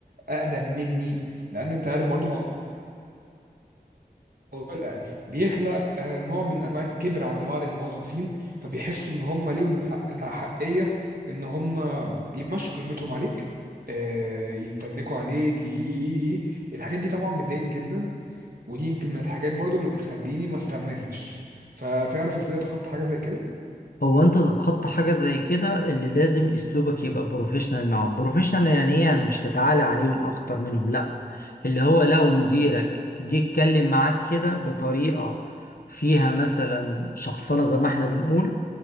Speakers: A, on the right; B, on the left.
A: اقدم مني لان انت عارف برضو موضوع الأداء بيخلق آه، نوع من انواع الكبر عند بعض الموظفين فبيحسوا ان هم ليهم الحق الأحقية ان هم يمشوا كلمتهم عليك آه، يتنكوا عليك يي- يي- يي. الحاجات دي طبعا بتضايقني جدا ودي يمكن من الحاجات برضو اللي بتخليني ما استمرش فتعرف ازاي اتخطى حاجة زي كده
B: هو انت تتخطى حاجة زي كده اللي لازم اسلوبك يبقى بروفيشنال معاهم بروفيشنال يعني ايه يعني مش تتعالى عليهم اكتر منهم لا اللي هو لو مديرك جه اتكلم معاك كده بطريقة فيها مثلا شخصنة زي ما احنا بنقول